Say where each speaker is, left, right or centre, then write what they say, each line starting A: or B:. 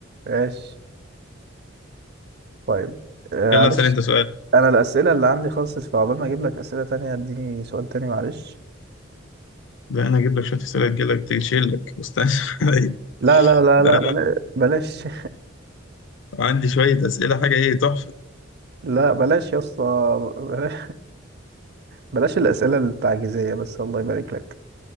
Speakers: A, on the right; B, on the left.
A: ماشي طيب آه،
B: يلا
A: معلش
B: أسأل أنت سؤال
A: انا الاسئلة اللي عندي خلصت فعقبال ما اجيب لك اسئلة تانية اديني سؤال تاني معلش
B: ده أنا هجيب لك شوية أسئلة تجيلك تشيلك <laughs> استنى عليا.
A: لا لا لا
B: ده
A: لا بلا- بلاش
B: أنا عندي شوية أسئلة حاجة إيه تحفة
A: <laughs> لا بلاش يا اسطى بلاش بلاش الاسئلة التعجيزية بس الله يبارك لك